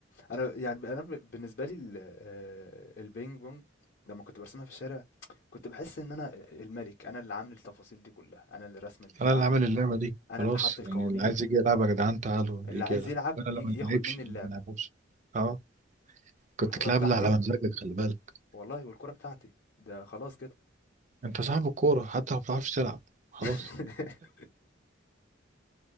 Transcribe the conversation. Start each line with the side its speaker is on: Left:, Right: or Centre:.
Left: أنا يعني أنا ب- بالنسبة لي ال- آه، البينج بونج لما كنت برسمها في الشارع كنت بحس إن أنا الملك أنا اللي عامل التفاصيل دي كلها أنا اللي رسم البتاعة
Right: انا اللي عامل اللعبة دي
Left: أنا
Right: خلاص
Left: اللي حط القوانين
Right: يعني اللي عايز يجي يلعب يا جدعان تعالوا
Left: اللي
Right: يجي
Left: عايز
Right: يلعب
Left: يلعب
Right: انا اللي
Left: يجي
Right: ما
Left: ياخد
Right: لعبش
Left: مني اللعبة
Right: اللي ما لعبوش اه كنت
Left: والكرة
Right: تلعب
Left: بتاعتي
Right: اللي على مزاجك خلي بالك
Left: والله والكرة بتاعتي ده خلاص كده
Right: انت صاحب الكورة حتى لو ما بتعرفش تلعب خلاص
Left: <laughs>